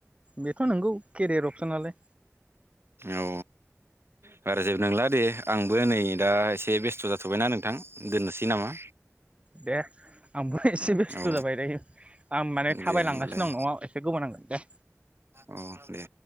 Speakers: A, on the right; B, on the right.
A: बेथ' नंगौ। केरियार अपसनालाय
B: औ बारा जेबबो नांला दे आंबो नै दा एसे बेस्थ' जाथ'बायना नोंथां दोननोसै नामा?
A: दे आंबो एसे बेस्थ'
B: औ
A: जाबाय नै दायो आं माने थाबायलांगासिनो
B: दे होमबालाय
A: दं न'आव एसे गोबाव नांगोन दे
B: औ दे